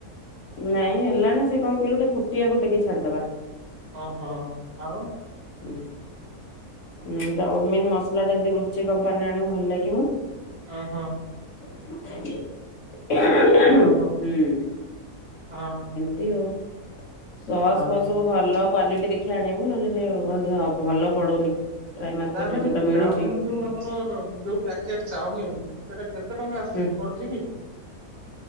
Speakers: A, on the left; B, on the right.
A: ନାଇଁ ହେଲାଣି ସେ କଣ କହିଲୁ ଟିକେ ଫୁଟିବାକୁ ଟିକେ ଛାଡିଦବା।
B: ଓହୋ, ଆଉ
A: ଉଁହୁଁ ଉଁ ଚାଉମିନ ମସଲା ଟା ଯଦି ରୁଚି କମ୍ପାନୀରେ ଆଣିବୁ ଭଲ ଲାଗିବ।
B: ଓହୋ।
A: ହୁଁ।
B: ଆଉ କଣ ହଁ।
A: ଇଓ। ସସ୍
B: ହଁ
A: ଫସ୍ ସବୁ ଭଲ କ୍ଵାଲିଟି ଦେଖି ଆଣିବୁ ନହେଲେ ହେରା ବାଗି ବା ଭଲ ପଡୁନି। ପ୍ରାୟ ମାର୍କେଟରେ
B: ଚାଉମିିନ
A: ଯୋଉଟା ମିଳୁଛି
B: ଚାଉମିିନ ଯୋଉ ଆମର ଯୋଉ ପ୍ୟାକେଟ ଚାଉମିିନ ସେଟା କେତେ ଟଙ୍କା ଆସଚି,
A: ହୁଁ
B: ପଡୁଛି କି?